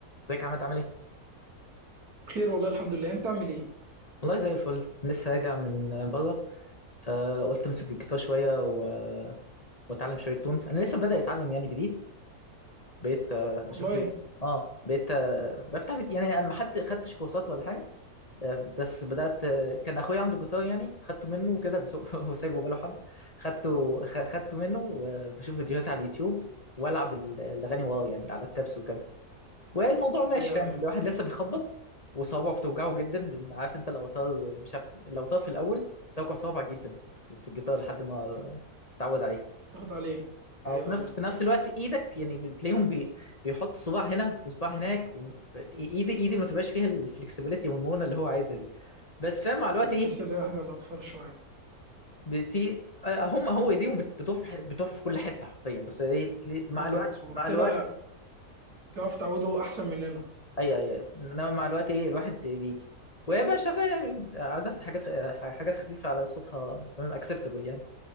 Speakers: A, on the left; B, on the right.
A: ازيك يا عماد عامل ايه؟
B: خير والله الحمد لله انت عامل ايه
A: والله زي الفل لسه راجع من بره فقلت امسك الجيتار شويه و- واتعلم شويه تونز انا لسه بادئ اتعلم يعني جديد بقيت آه، اشوف
B: والله
A: لي اه بقيت آه، بفتح فيديو- يعني انا ما حد خدتش كورسات ولا حاجه آه، بس بدات آه، كان اخويا عنده جيتار يعني خدته منه وكده بس هو <laughs> هو سايبه بقاله حبه خدته خ- خدته منه وبشوف فيديوهات على اليوتيوب والعب ال- الاغاني وراه يعني على التابس وكده والموضوع ماشي
B: ايوه
A: فاهم
B: ايوه
A: الواحد لسه بيخبط وصوابعه بتوجعه جدا لان عارف انت الاوتار مش عارف الاوتار في الاول توجع صوابعك جدا في في الجيتار لحد ما تتعود عليها
B: تاخد عليه ايوه
A: اه في نفس
B: ايوه
A: في نفس الوقت ايدك يعني بتلاقيهم بي... بيحط صباع هنا وصباع هناك و... ايدي ايدي ما تبقاش فيها الفلكسبيليتي والمونه اللي هو عايزها دي بس فاهم مع الوقت
B: هتحس
A: ايه
B: ان هي حاجه للاطفال شويه
A: بتي... هم هو ايديهم بت- بتروح في ح- بتروح في كل حته حرفيا بس ايه تلاقي- مع
B: بالظبط
A: الوقت
B: وبتبقى
A: مع الوقت
B: بتعرف تعوده احسن مننا
A: ايوه ايوه أيوة. انما مع الوقت ايه الواحد بيجي وهي بقى شغاله يعني عزفت حاجات حاجات خفيفه على صوتها اكسبتابل يعني